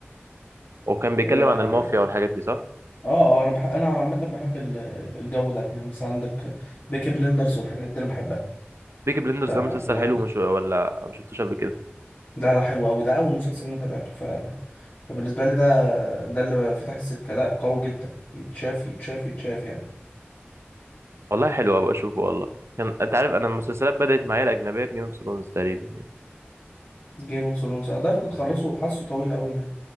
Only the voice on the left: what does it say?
اه
اه آه، انا بح... انا عامه بحب ال- الجو ده يعني مثلا عندك بيكي بلندرز والحاجات دي انا بحبها
فما
ده لا حلو قوي ده اول مسلسل انا تابعته ف... فبالنسبه لي ده ده اللي فتح السكه لا قوي جدا يتشاف يتشاف يتشاف يعني
جيم اوف ثرونز قدرت تخلصه وحاسه طويل قوي يعني